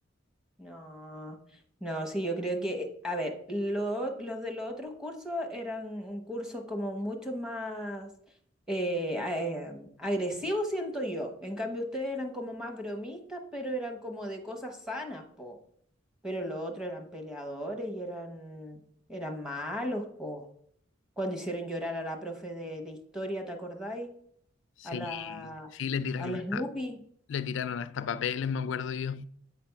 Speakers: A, in the centre; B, on the left.
A: No, no, sí, yo creo que, a ver, lo- los de los otros cursos eran un curso como mucho más eh, a- eh, agresivos, siento yo. En cambio, ustedes eran como más bromistas, pero eran como de cosas sanas, po. Pero los otros eran peleadores y eran, eran malos, po. Cuando hicieron llorar a la profe de, de historia, ¿te acordáis?
B: Sí,
A: A la,
B: sí, le tiraron
A: a la
B: hasta,
A: Snoopy.
B: le tiraron hasta papeles, me acuerdo yo.